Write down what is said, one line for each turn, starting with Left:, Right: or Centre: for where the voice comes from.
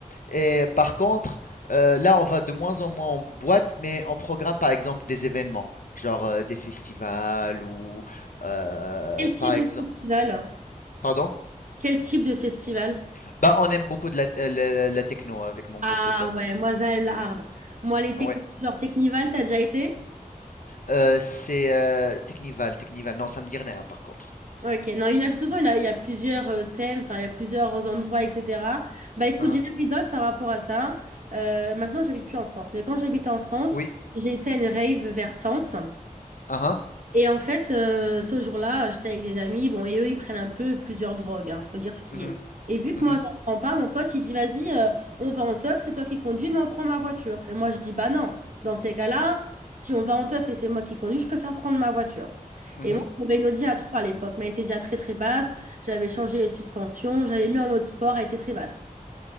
Left: Et par contre, euh, là, on va de moins en moins en boîte, mais on programme par exemple des événements, genre euh, des festivals ou euh,
Right: Quel type
Left: par exemple.
Right: de festival?
Left: Pardon?
Right: Quel type de festival?
Left: Bah, on aime beaucoup de la, euh, la- la- la techno avec mon
Right: Ah
Left: groupe de potes.
Right: ouais, moi j'aime la hard. Moi, les techniques,
Left: Ouais.
Right: genre Technival, t'as déjà été?
Left: Euh, c'est euh, Technival, Technival. Non, ça me dit rien, hein, par contre.
Right: Ok, non, il y en a, de toute façon, il y en a, il y a plusieurs euh, thèmes, enfin, il y a plusieurs endroits, etc. Bah écoute,
Left: Hein?
Right: j'ai une
Left: hein.
Right: anecdote par rapport à ça. Euh, maintenant, j'habite plus en France, mais quand j'habitais en France,
Left: Oui.
Right: j'ai été à une rave vers Sens.
Left: Hein?
Right: Et en fait, euh, ce jour-là, j'étais avec des amis, bon, et eux, ils prennent un peu plusieurs drogues, hein, faut dire ce qui
Left: Mhm,
Right: est. Et vu
Left: mhm,
Right: que moi, j'en prends pas, mon pote, il dit, vas-y, euh, on va en teuf, c'est toi qui conduis, mais on prend ma voiture. Et moi, je dis, bah non, dans ces cas-là, si on va en teuf et c'est moi qui conduis, je préfère prendre ma voiture.
Left: mhm.
Right: Et moi, mon une Audi A3 à l'époque, mais elle était déjà très, très basse. J'avais changé les suspensions, j'avais mis en mode sport, elle était très basse.